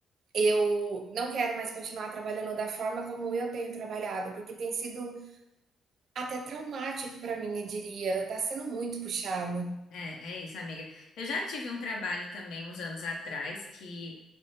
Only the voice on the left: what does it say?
É, é isso, amiga. Eu já tive um trabalho também uns anos atrás que